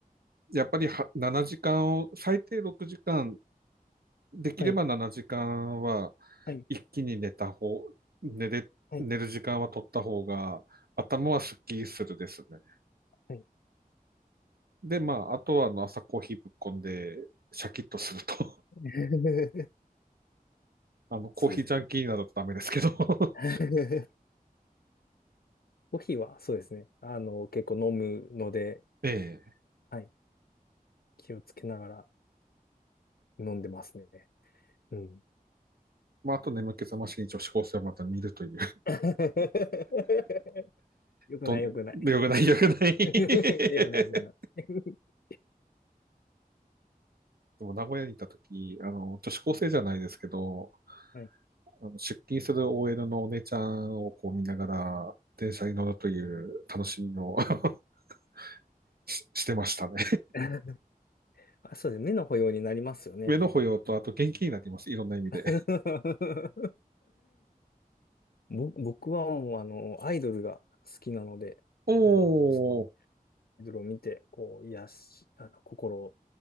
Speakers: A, on the right; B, on the left.
A: やっぱりは7時間を、最低6時間、できれば7時間は
B: はい。はい。
A: 一気に寝た方、寝れ、
B: はい。
A: 寝る時間は取った方が、頭はスッキリするですね。
B: はい。
A: で、まあ、あとはあの朝コーヒーぶっこんで、シャキッとすると
B: <laughs>
A: あの、コーヒージャンキーなどとダメですけど。
B: そうですね。
A: <laughs>
B: <laughs> コーヒーは、そうですね。あの、結構飲むので、
A: ええ
B: はい。気をつけながら飲んでますね。うん。
A: まあ、あと眠気覚ましに女子高生をまた見るという。
B: <laughs> よくない、
A: とよくない、
B: よくない。
A: よくない。<laughs>
B: <laughs> よくない、よくない。<laughs>
A: でも、名古屋にいたとき、あの、女子高生じゃないですけど、
B: はい。
A: あの出勤する OL のお姉ちゃんをこう見ながら、電車に乗るという楽しみを <laughs> し、してましたね。
B: <laughs> あ、そうです。目の保養になりますよね。
A: 目の保養と、あと元気になります。いろんな意味で。
B: <laughs> ぼ僕はもう、あの、アイドルが好きなので、
A: おー。
B: もう、そのアイドルを見て、こう、癒し、あの、心を